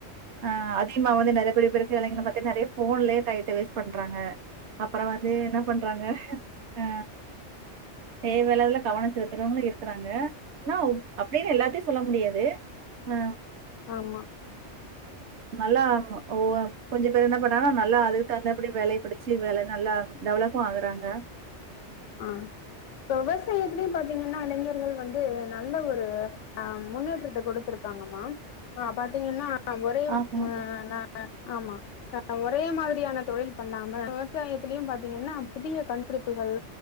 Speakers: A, on the right; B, on the left.
A: அ அதிகமா வந்து நறைய பேர் பேருக்கு இளைஞர பத்தி நறைய ஃபோன்லயே டையத்த வேஸ்ட் பண்றாங்க அப்பறோ வந்து என்ன பண்றாங்க அ தேவயில்லாததுல கவனோ செலுத்துறவங்களு இரு இருக்கறாங்க <unintelligible> அப்டின்னு எல்லாத்தியு சொல்ல முடியாது அ
B: ஆமா
A: நல்லா ஓ கொஞ்ச பேருந்தா படுத் தாங்கனா நல்லா அதுக் தகுந்தபடி வேலைய படிச்சு வேல நல்லா டெவலப்பு ஆகுறாங்க
B: ஆ இப்ப விவசாயத்திலயும் பாத்தீங்கன்னா இளைஞர்கள் வந்து நல்ல ஒரு ஆம் முன்னேற்றத்த கொடுத்திருக்காங்கம்மா பாத்தீங்கன்னா ஆ ஒரே
A: ஆமா
B: நா நா ஆமா அ ஒரே மாதிரியான தொழில் பண்ணாம விவசாயத்திலயு பாத்தீங்கன்னா புதிய கண்டுபிடிப்புகள்